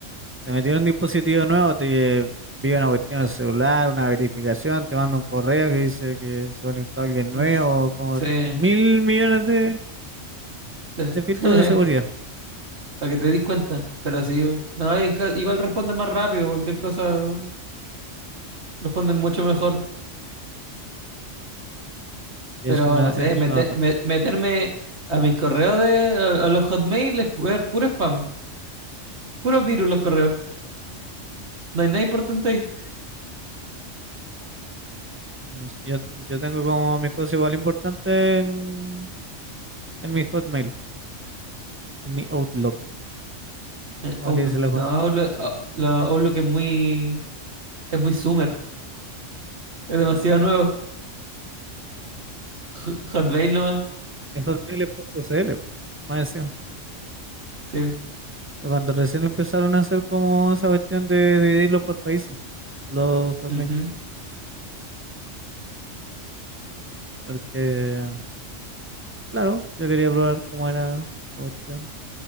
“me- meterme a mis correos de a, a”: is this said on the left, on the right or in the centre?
Right